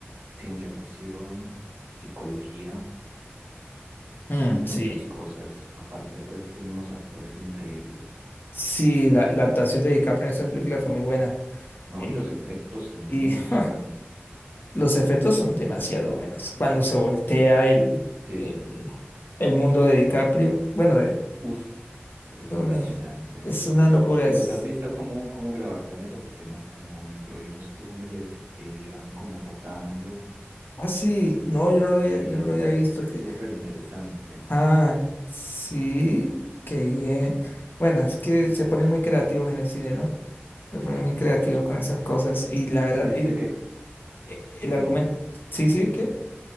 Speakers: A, on the right; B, on the left.
A: ciencia ficción, psicología.
B: Mm,
A: muchas
B: sí,
A: cosas. Aparte, pues tiene unos actores increíbles,
B: sí, la, la actuación de DiCaprio en esa película fue muy buena.
A: ¿no?
B: Y,
A: Y los efectos también,
B: y
A: o sea,
B: <laughs> Los efectos son demasiado buenos. Cuando se voltea el,
A: sí,
B: el, el mundo de DiCaprio, bueno, de,
A: uff, eso es
B: no,
A: impresionante.
B: no, es una locura.
A: ¿Y
B: Es,
A: vos has visto cómo, cómo grabaron esas escenas como dentro de unos túneles que iban como rotando?
B: ah, sí, no, yo no lo había,
A: Sí,
B: yo no
A: es
B: lo había
A: es
B: visto. es
A: es
B: que,
A: súper interesante.
B: ah, sí, que bien. Bueno, es que se ponen muy creativos en el cine, ¿no? Se
A: Sí.
B: ponen muy creativos con esas cosas. Y la verdad,
A: ¿Y usted
B: y,
A: qué?
B: e- el
A: Dime.
B: argumento, sí, sí, que,